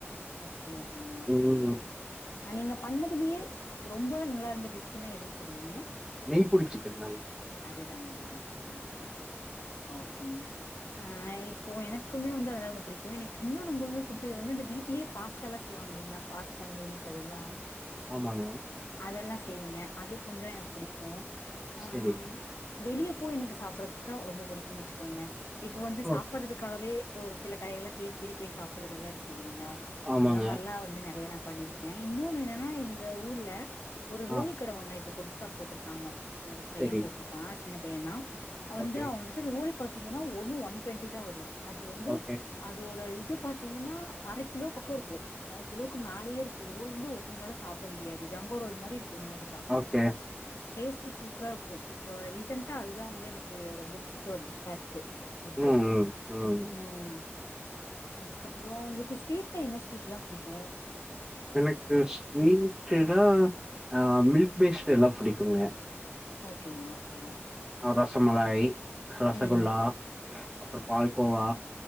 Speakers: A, on the left; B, in the centre.
A: ஓகே ஓகேங்க ஓகே
B: ம்
A: ஆ நீங்க பண்ணதுலயே ரொம்பவே நல்லா இருந்த டிஷ்ன்னா எதுன்னு சொல்லுவீங்க
B: நெய் புடிச்சுக்கந்தாங்க
A: அதுதாங்களா ஓகே ஓகே ஆ ஓகேங்க ஆ இப்போ எனக்குமே வந்து அதுதா ரொம்ப பிடிக்கு எனக்கு இன்னு ரொம்பவே புடிச்சது வந்து இந்த வீட்லேயே பாஸ் பாஸ்தாலா செய்வாங்க இல்லங்களா பாஸ்தா நூடில்ஸ் அதெல்லா
B: ஆமாங்க
A: அதெல்லா செய்வங்க அது கொஞ்சோ எனக்கு பிடிக்கு ஆ
B: சரி.
A: வெளிய ப்போ எனக்கு சாப்பிடறதுதா ரொம்ப பிடிக்கும்ன்னு வச்சுக்கோங்களே இப்ப வந்து
B: ஓ!
A: சாப்பிடுறதுக்காகவே ஒரு சில கடைகள்ல தேடி தேடி போய் சாப்பிறதெல்லா இருக்கு இல்லீங்களா
B: ஆமாங்க.
A: அந்த மாரி எல்லா வந்து நெறைய ந பண்ணிரு ன் இன்னொன்னு என்னன்னா எங்க ஊர்ல ஒரு ரோல்
B: ஆ
A: கட ஒண்ணு இப்ப புதுசா போட்ருக்காங்க பைய
B: சரி.
A: போட்ருக்கா சின்ன பைய தா வந்து
B: ஓகே,
A: அவங்க ரோல் பாத்தீங்கன்னா ஒண்ணு ஒன் டுவெண்டி தா வரு அது வந்து
B: ஓகே,
A: அதோட இது பாத்தீங்கன்னா அர கிலோ பக்கோ இருக்கு அர கிலோவுக்கு மேலேயே இருக்கு ஒரு ரோல் வந்து ஒருத்தவங்களாலா சாப்பிட முடியாது ஜம்பா ரோல் மாரி இருக்குங்க பாக்க
B: ஓகே.
A: டேஸ்ட் சூப்பரா இருக்கு இப்ப ரீசன்ட் அதுதா வந்து எனக்கு ரொம்ப பிடிச்ச ஒரு டிஷ்சா இருக்கு இப்போ
B: ம், ம், ம்.
A: ம் அதுக்கப்றோ உங்களுக்கு ஸ்வீட்ல என்ன ஸ்வீட் எல்லா பிடிக்கு
B: எனக்கு ஸ்வீட்டுனா அ மில்க்
A: ம்
B: பேஸ்ட் எல்லா பிடிக்குங்க
A: ஓகேங்க ஓகே
B: ரசமலாய் ரசகுல
A: ம்
B: அப்றோ பால் கோவா